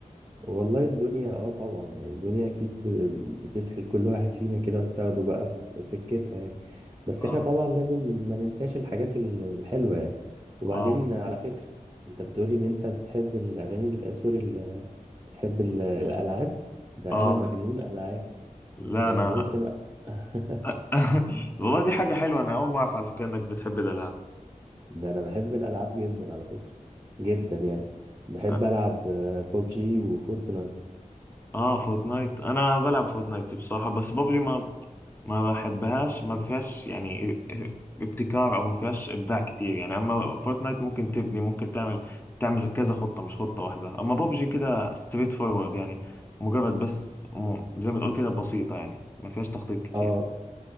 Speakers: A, on the right; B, on the left.
A: والله الدنيا اه طبعا يعني الدنيا اكيد ب- بتسحل كل واحد فينا كده وبتاخده بقى في سكتها يعني بس
B: اه
A: احنا طبعا لازم ما ننساش الحاجات ال- الحلوة يعني وبعدين
B: اه
A: على فكرة انت بتقولي ان انت بتحب الاغاني ال- سوري ال- بتحب ال- الالعاب ده
B: اه
A: انا مجنون العاب
B: لا
A: ده
B: انا
A: انا ممكن أ- <laughs>
B: <laughs> والله دي حاجه حلوه انا اول ما اعرف على فكره انك بتحب الالعاب
A: ده انا بحب الالعاب جدا على فكرة جدا يعني بحب
B: اه
A: العب ببجي وفورتنايت
B: آه، فورتنايت انا بلعب فورتنايت بصراحه بس بابجي ما ما بحبهاش ما فيهاش يعني ابتكار او ما فيهاش ابداع كتير يعني اما فورتنايت ممكن تبني ممكن تعمل تعمل كذا خطه مش خطه واحده اما بابجي كده ستريت فورورد يعني مجرد بس م- زي ما تقول كده بسيطه يعني ما فيهاش تخطيط كتير
A: اه